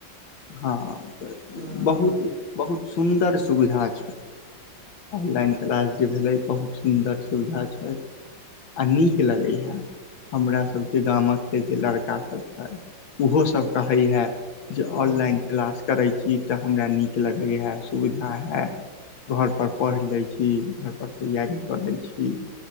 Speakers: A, on the left (about 75°); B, on the right (about 40°).
A: हाँ द
B: ह - ह।
A: बहुते बहुत सुन्दर सुविधा छै। ऑनलाइन क्लास जे भेलै बहुत सुन्दर सुविधा छै। आ नीक लगै हे, हमरा सब के गामक के जे लड़क का सब छे उहो सब कहे हे जे
B: हँ
A: ऑनलाइन क्लास करे छी। इ तऽ हमरा नीक लगै हे सुविधा हे। घरपर पढ़ि लै छी घर पर तैयारी कऽ लै छी।